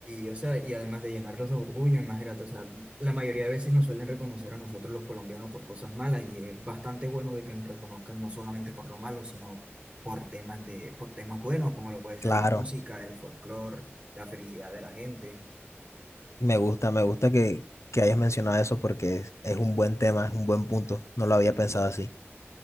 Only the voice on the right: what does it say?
y, o sea, y además de llenarlos de orgullo, imagínate, o sea, la mayoría de veces nos suelen reconocer a nosotros los colombianos por cosas malas y es bastante bueno de que nos reconozcan no solamente por lo malo, sino por temas de, por temas buenos, como lo puede ser
la música, el folclore, la felicidad de la gente.